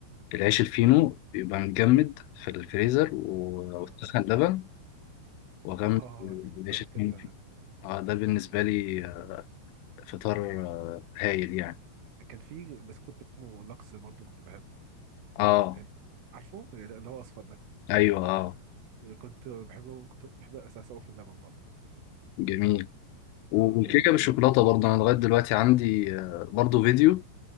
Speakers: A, on the left (about 85°); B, on the right (about 85°).
A: العيش الفينو بيبقى متجمد في الفريزر و-
B: اه
A: وأسخن لبن وأغمس
B: اه
A: العيش
B: اختي
A: الفينو
B: كانت بتعملها
A: فيه آه ده بالنسبة لي آه، فطار آه، هايل يعني
B: كان في بسكوت اسمه لاكس برضه كنت بحبه
A: آه
B: كان عارفه اللي هو اصفر ده
A: أيوه آه
B: كنت بحب كنت بحب اساس أوي في اللبن برضه
A: جميل والكيكه
B: آه، و...
A: بالشوكولاته
B: و-
A: برضه انا لغايه دلوقتي عندي آه، برضه فيديو